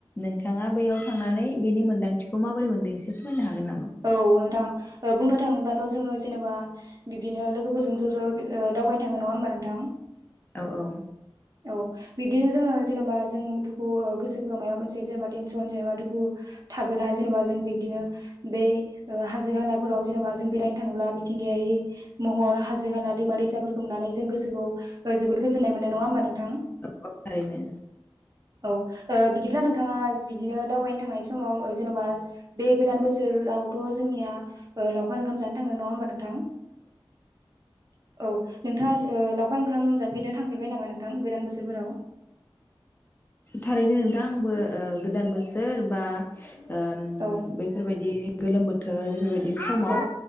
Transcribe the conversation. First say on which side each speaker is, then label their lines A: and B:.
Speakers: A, on the left; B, on the right.
A: नोंथाङा बैयाव थांनानै बेनि मोनदांथिखौ माबोरै मोनदों एसे फोरमायनो हागोन नामा?
B: औ नोंथां बुंनो थाङोब्लाथ' जोङो जेनेबा बिदिनो लोगोफोरजों ज' ज' ओ दावबायनो थाङो नङा होमबा नोंथां?
A: औ औ।
B: औ बिब्दिनो जोङो जेनेबा जों दुखु गोसोफोराव माबा मोनसे जेनेबा टेनसन जेनेबा दुखु थाबोला जेनेबा जों बिब्दिनो दे ओ हाजो हालाफोराव जेन'बा जों बेरायनो थाङोब्ला मिथिंगायारि महर हाजो हाला दैमा दैसाफोरखौ नुनानै जों गोसोखौ जोबोद गोजोन्नाय मोनो नङा होमबा नोंथां।
A: औ थारैनो।
B: औ ओ बिदिब्ला नोंथाङा बिदिनो दावबायनो थांनाय समाव जेन'बा बे गोदान बोसोर सोरावथ' जोंनिया लावखार ओंखाम जानो थाङो नङा होमबा नोंथां। औ नों थाङा दि ओ लावखार ओंखाम जाफेरनो थांफेरबाय नामा नोंथां गोदान बोसोरफोराव
A: थारैनो नोंथां आंबो ओ गोदान बोसोर बा ओ‌
B: औ
A: बैफोरबायदि गोलोम बोथोर थोर बेफोरबायदि समाव
B: औ